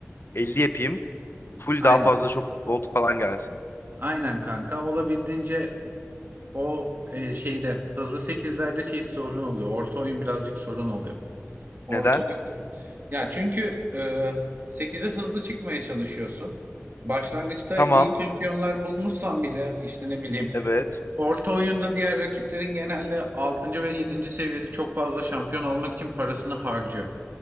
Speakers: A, on the left (about 55°); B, on the right (about 45°).
A: 50 yapayım. Full
B: Aynen.
A: daha fazla çok gold falan gelsin.
B: Aynen kanka. Olabildiğince o e, şeyde hızlı sekizlerde şey sorun oluyor. Orta oyun birazcık sorun oluyor. Orta
A: Neden?
B: oyunda. Ya çünkü e, 8'e hızlı çıkmaya çalışıyorsun. Başlangıçta
A: Tamam.
B: iyi şampiyonlar bulmuşsan bile işte ne bileyim
A: Evet.
B: Orta oyunda diğer rakiplerin genelde 6. ve yedinci seviyede çok fazla şampiyon almak için parasını harcıyor.